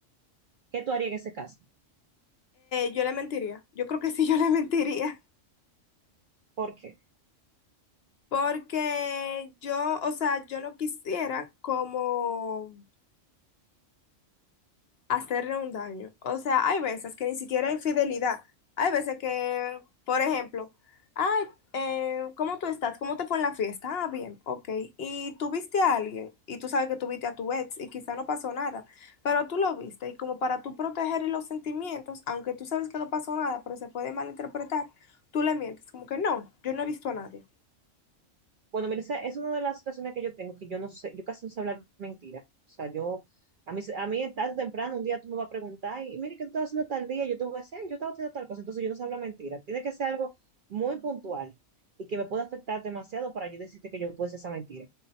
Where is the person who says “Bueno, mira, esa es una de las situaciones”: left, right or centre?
Right